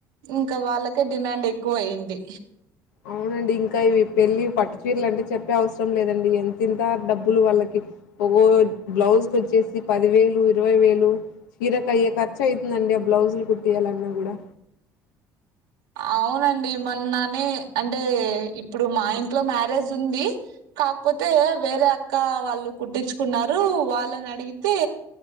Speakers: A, on the right; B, on the left.
A: ఇంకా వాళ్ళకే డిమాండ్ ఎక్కువ అయింది.
B: అవునండి ఇంకా ఇవి పెళ్ళి పట్టు చీరలు అంటవి చెప్పే అవసరం లేదండి ఎంత ఇంత డబ్బులు వాళ్ళకి. ఒగో బ్లౌజ్ కచ్చేసి పది వేలు ఇరవై వేలు. చీరక అయ్యే ఖర్చు అవుతుందండి ఆ బ్లౌజులు కుట్టీయాలన్నా కూడా.
A: అవునండి మొన్ననే అంటే ఇప్పుడు మా ఇంట్లో మ్యారేజ్ ఉంది. కాకపోతే వేరే అక్క వాళ్ళు కుట్టించుకున్నారు వాళ్ళని అడిగితే.